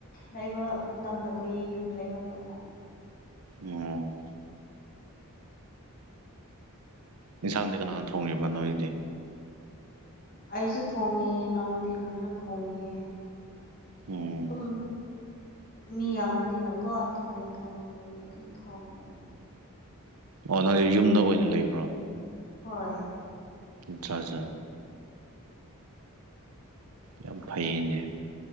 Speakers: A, on the left; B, on the right.
A: ꯂꯩꯕ ꯃꯇꯝꯅ ꯀꯨꯏꯌꯦ ꯌꯨꯝꯗ ꯂꯩꯕ ꯃꯇꯝꯗ
B: ꯎꯝ ꯌꯦꯟꯁꯥꯡꯗꯤ ꯀꯅꯥꯅ ꯊꯣꯡꯉꯤꯕ ꯅꯣꯏꯒꯤꯗꯤ
A: ꯑꯩꯁꯨ ꯊꯣꯡꯉꯦ ꯏꯅꯥꯎꯅꯨꯄꯤ ꯈꯣꯏꯁꯨ ꯊꯣꯡꯉꯦ
B: ꯎꯝ
A: ꯑꯗꯨꯝ ꯃꯤ ꯌꯥꯝꯕꯅꯤꯅꯀꯣ ꯊꯣꯡꯅꯤꯡ ꯊꯣꯡꯅꯤꯡꯕ ꯃꯤ ꯑꯗꯨꯝ ꯊꯣꯡꯕꯅꯦ
B: ꯑꯣ ꯅꯣꯏ ꯌꯨꯝꯗ ꯑꯣꯏꯅ ꯂꯩꯕ꯭ꯔꯣ
A: ꯍꯣꯏ
B: ꯑꯆꯥ ꯑꯆꯥ ꯌꯥꯝ ꯐꯩꯌꯦꯅꯦ